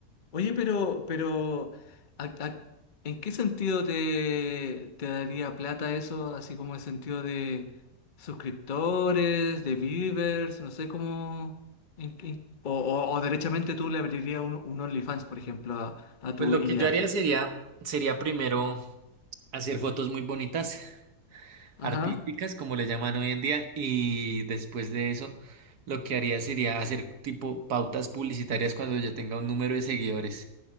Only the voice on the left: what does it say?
Oye, pero, pero, ¿a- a- ¿en qué sentido te, te daría plata eso? Así como en sentido de suscriptores, de viewers, no sé cómo. en- en- o, o, o derechamente tú le abrirías un, un OnlyFans, por ejemplo, a, a tu
IA.
Ajá.